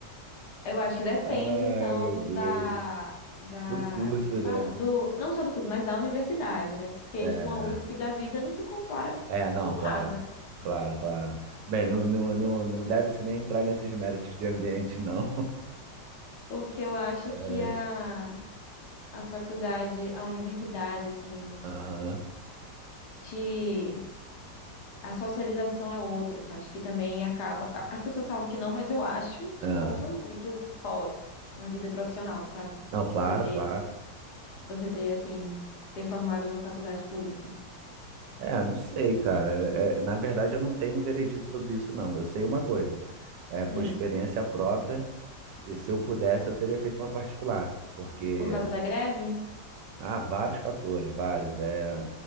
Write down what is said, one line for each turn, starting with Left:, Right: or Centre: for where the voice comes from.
Left: Eu acho que depende,
Right: Ai,
Left: então,
Right: meu Deus.
Left: da, da,
Right: Do curso,
Left: como é que fala?
Right: né?
Left: Do, não só do curso, mas da universidade, né? Porque,
Right: É,
Left: tipo, uma USP da vida não se compara
Right: é, não,
Left: com
Right: claro,
Left: nada.
Right: claro, claro. Bem, não, não, não, não deve-se nem entrar nesses méritos de ambiente, não.
Left: Porque eu acho
Right: É,
Left: que a, a faculdade, a universidade, assim,
Right: aham,
Left: te A socialização é outra, assim, acho que também acaba. a- As pessoas falam que não, mas eu acho que
Right: ah.
Left: conta muito pós na vida profissional, sabe?
Right: Não, claro,
Left: Você ter,
Right: claro.
Left: você ter assim, ter formado na faculdade pública.
Right: É, não sei, cara. É, é, na verdade, eu não tenho um veredito sobre isso, não. Eu sei uma coisa. É, por
Left: Hum,
Right: experiência própria, se eu pudesse, eu teria feito uma particular. Porque
Left: por causa da greve?
Right: há vários fatores, vários. É,